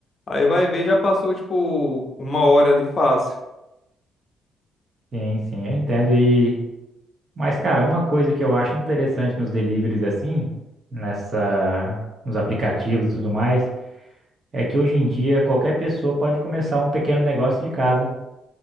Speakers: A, on the left; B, on the right.
A: Aí vai ver, já passou, tipo, uma hora ali fácil.
B: sim, sim, eu entendo. E, mas, cara, uma coisa que eu acho interessante nos deliveries assim, nessa, nos aplicativos e tudo mais, é que hoje em dia qualquer pessoa pode começar um pequeno negócio de casa.